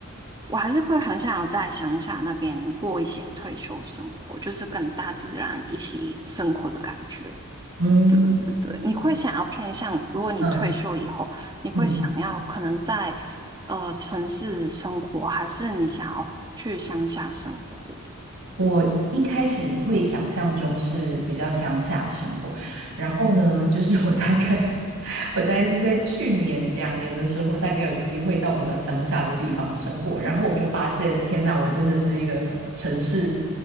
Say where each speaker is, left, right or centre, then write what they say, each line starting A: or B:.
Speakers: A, on the right (about 20°); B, on the right (about 75°).
A: 我还是会很想要在乡下那边过一些退休生活，就是跟大自然一起生活的感觉。
B: 嗯，
A: 对对对，你会想要偏向，
B: 哦，
A: 如果你退休以后，
B: 嗯
A: 你会想要可能在
B: 嗯。
A: 呃城市生活，还是你想要去乡下生活？
B: 我一开始会想象中是比较乡下的生活，然后呢，就是我大概 <laughs> 我大概是在去年两年的时候，大概有机会到比较乡下的地方生活，然后我就发现，天呐，我真的是一个城市，